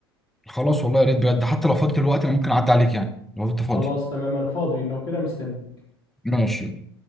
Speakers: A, in the centre; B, on the left.
A: خلاص والله يا ريت بجد حتى لو فاضي دلوقتي انا ممكن اعدي عليك يعني لو انت فاضي
B: خلاص تمام انا فاضي لو كده مستني
A: ماشي